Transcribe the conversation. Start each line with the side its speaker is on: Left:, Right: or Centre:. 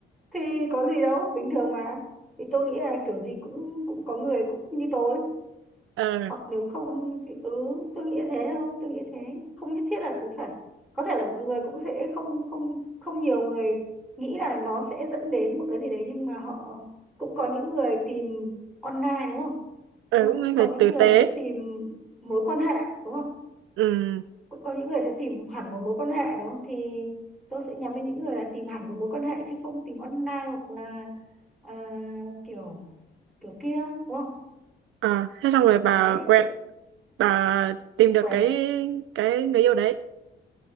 Centre: thì có gì đâu bình thường mà thì tôi nghĩ là kiểu gì cũng cũng có người cũng như tôi
Right: Ờ,
Centre: hoặc nếu không thì ừ tôi nghĩ thế thôi tôi nghĩ thế không nhất thiết là cứ phải có thể là mọi người cũng sẽ không không không nhiều người nghĩ là nó sẽ dẫn đến một cái gì đấy nhưng mà họ cũng có những người tìm online đúng không
Right: ờ
Centre: nhưng mà
Right: cũng
Centre: cũng
Right: là người
Centre: có những
Right: tử
Centre: người
Right: tế.
Centre: sẽ tìm mối quan hệ đúng không
Right: Ừ,
Centre: cũng có những người sẽ tìm hẳn một mối quan hệ đúng không thì tôi sẽ nhắm đến những người là tìm hẳn một mối quan hệ chứ không tìm online hoặc là à, kiểu kiểu kia đúng không
Right: à, thế xong rồi bà
Centre: đấy
Right: quẹt,
Centre: thế
Right: bà tìm được
Centre: quẹt
Right: cái cái người yêu đấy.